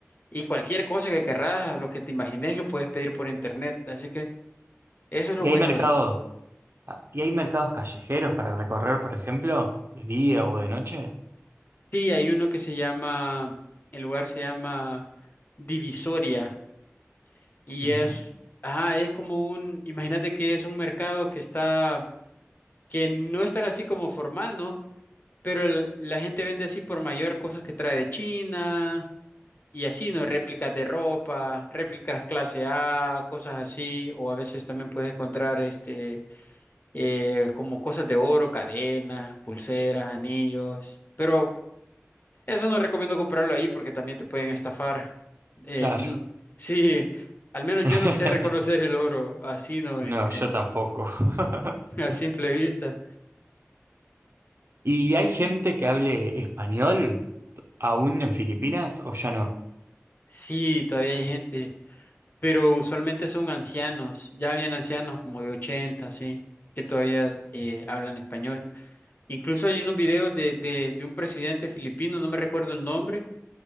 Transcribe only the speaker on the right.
¿Y
hay mercados?
Ah, ¿Y hay mercados callejeros para recorrer, por ejemplo, de día o de noche?
Mira,
claro.
<laughs>
No,
yo tampoco. <laughs>
¿Y hay gente que hable español aún en Filipinas o ya no?